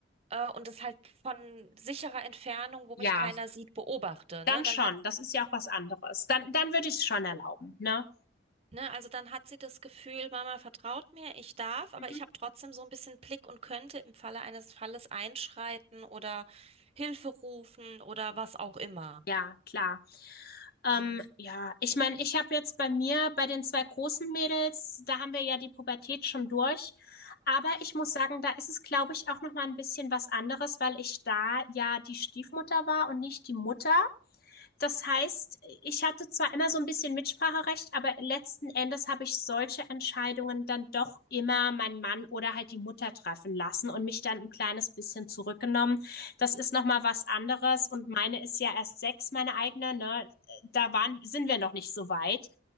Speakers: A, on the right; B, on the left.
A: äh, und das halt von sicherer Entfernung, wo
B: Ja,
A: mich keiner sieht, beobachte,
B: dann
A: ne? Dann
B: schon.
A: hat
B: Das ist ja auch was anderes. Dann, dann würde ich es schon erlauben, ne?
A: Ne, also dann hat sie das Gefühl, Mama vertraut mir, ich darf, aber
B: Mhm.
A: ich habe trotzdem so ein bisschen Blick und könnte im Falle eines Falles einschreiten oder Hilfe rufen oder was auch immer.
B: Ja, klar. Ähm,
A: Hm.
B: ja, ich meine, ich habe jetzt bei mir, bei den zwei großen Mädels, da haben wir ja die Pubertät schon durch. Aber ich muss sagen, da ist es, glaube ich, auch noch mal ein bisschen was anderes, weil ich da ja die Stiefmutter war und nicht die Mutter. Das heißt, ich hatte zwar immer so ein bisschen Mitspracherecht, aber letzten Endes habe ich solche Entscheidungen dann doch immer meinen Mann oder halt die Mutter treffen lassen und mich dann ein kleines bisschen zurückgenommen. Das ist noch mal was anderes und meine ist ja erst sechs, meine eigene, ne? Da waren, sind wir noch nicht so weit.